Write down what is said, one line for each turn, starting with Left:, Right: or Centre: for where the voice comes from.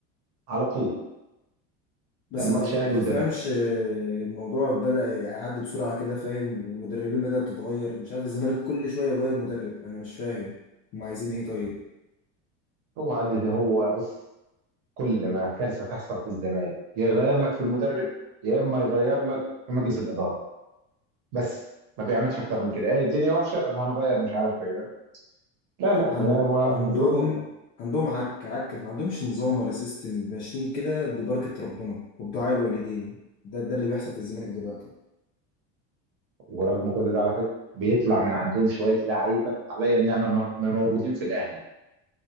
Right: على طول
Left: بس
Right: كان
Left: ما
Right: ماتش
Left: تف-
Right: اهلي
Left: ما تفهمش
Right: وزمالك
Left: آه، الموضوع بدأ يعدي بسرعة كده فاهم والمدربين بدأت تتغير مش عارف الزمالك كل شوية يغير مدرب أنا مش فاهم هم عايزين إيه طيب
Right: هو عدى ده هو بص كل ما كارثه تحصل في الزمالك يا يغير لك في المدرب يا اما يغير لك في مجلس الاداره بس ما بيعملش اكتر من كده ايه الدنيا وحشه طب هنغير مش عارف ايه ده لا لا
Left: عن...
Right: هو
Left: عندهم
Right: نظامه
Left: عندهم عك عك ما عندهمش نظام ولا سيستم ماشيين كده ببركة ربنا وبدعاء الوالدين ده ده اللي بيحصل في الزمالك دلوقتي
Right: ورغم كل ده على فكره بيطلع من عندهم شويه لعيبه عليا النعمه ما ما موجودين في الاهلي